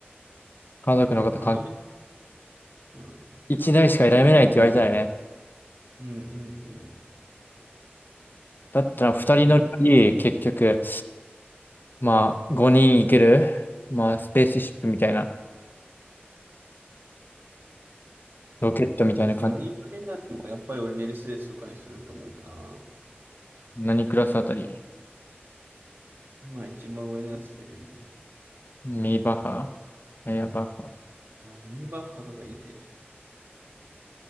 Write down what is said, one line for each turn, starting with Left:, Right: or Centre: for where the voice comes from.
Left: 家族の方
Right: 斜め、うん、
Left: 一台しか選べないって言われたらね。
Right: うんうん
Left: だったら二人乗りより、
Right: うん。いや、
Left: 結局、まあ、五人行ける、まあ、スペースシップみたいな、ロケットみたいな感じ。
Right: 4人乗りならもやっぱり俺メルセデスとかにすると思うかな。
Left: 何クラスあたり
Right: まあ一番上のやつでいい。
Left: ミーバッハ、エアバッハ。
Right: あ、ミニバッハとかいいね。